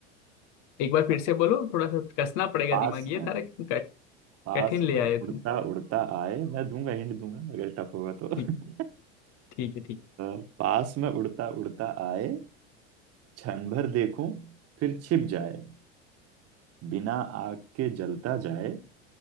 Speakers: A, on the left; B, on the right.
A: एक बार फिर
B: और
A: से बोलो थोड़ा सा कसना पड़ेगा
B: पास
A: दिमाग ये
B: में
A: सारे कठ-
B: पास
A: कठिन ले
B: में
A: आए
B: उड़ता
A: तुम
B: उड़ता आए मैं दूंगा हिंट दूंगा अगर टफ होगा तो <laughs>
A: ठीक ठीक है ठीक
B: अ, पास में उड़ता उड़ता आए क्षण भर देखूं फिर छिप जाए बिना आग के जलता जाए